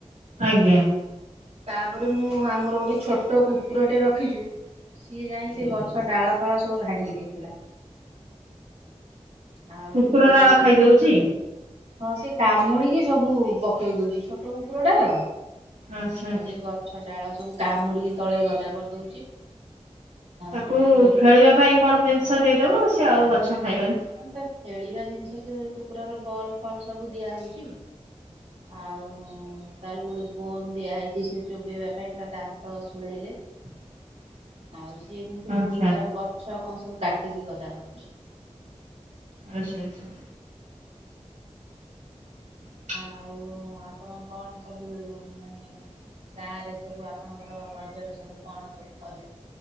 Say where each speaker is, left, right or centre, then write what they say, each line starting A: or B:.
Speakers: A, on the right; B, on the right.
A: ଆଜ୍ଞା।
B: ତାପରେ ମୁଁ ଆମର ଗୋଟେ ଛୋଟ କୁକୁରଟେ ରଖିଛୁ ସିଏ ଯାଇ ସେ ଗଛ ଡାଳ ଫାଳ ସବୁ ଭାଙ୍ଗି ଦେଇଥିଲା। ଆଉ
A: କୁକୁର
B: ଟିକେ
A: ଡାଳ
B: ଏଇ
A: ଖାଇଦଉଛି
B: ହଁ ସେ କାମୁଡିକି ସବୁ ପକେଇ ଦଉଛି। ଛୋଟ କୁକୁରଟା ତ
A: ଆଚ୍ଛା ଆଚ୍ଛା।
B: ଆଉ ସେ ଗଛ ଡାଳ ସବୁ କାମୁଡିକି ତଳେ ଗଦା କରିଦଉଛି। ଆଉ
A: ତାକୁ
B: ସେ
A: ଖେଳିବା ପାଇଁ କଣ ଜିନିଷ ଦେଇଦବ। ସିଏ ଆଉ ଗଛ ଖାଇବନି।
B: ତାର ଖେଳିବା ଜିନିଷ ସେ କୁକୁରର ବଲ୍ ଫଲ୍ ସବୁ ଦିଆହଉଛି। ଆଉ ତାର ଗୋଟେ ବୋନ ଦିଆହେଇଛି ସେ ଚୋବେେଇବା ପାଇଁ। ତା ଦ ତ ଶୁଳେଇଲେ।
A: <inaudible>
B: ଆଉ ସିଏ କିନ୍ତୁ
A: ଆଚ୍ଛା
B: ତାର ଗଛ କଣ ସବୁ କାଟିକି ଗଦା କରୁଛି।
A: ଆଚ୍ଛା, ଆଚ୍ଛା। ହଁ <inaudible>
B: ଆଉ ଆପଣ କଣ ସବୁ ମାନେ ଗାଁ ରେ ସବୁ ଆପଣଙ୍କର ରଜରେ ସବୁ କଣ ସବୁ କଲେ?